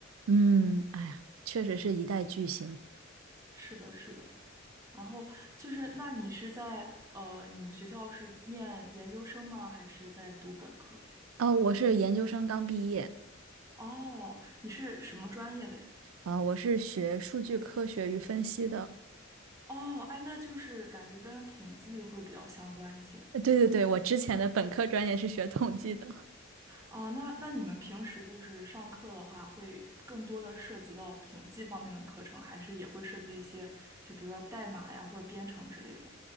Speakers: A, on the right; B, on the right.
A: 嗯，哎呀，确实是一代巨星。
B: 是的，是的。然后就是，那你是在呃，你们学校是念研究生吗？还是在读本科？
A: 哦，我是研究生刚毕业。
B: 哦，你是什么专业的呀？
A: 啊、我是学数据科学与分析的。
B: 哦，哎，那就是感觉跟统计会比较相关一些。
A: <laughs> 呃对对对，我之前的本科专业是学统计的。
B: 哦，那那你们平时就是上课的话，会更多的涉及到统计方面的课程，还是也会涉及一些，就比如说代码呀，或者编程之类的？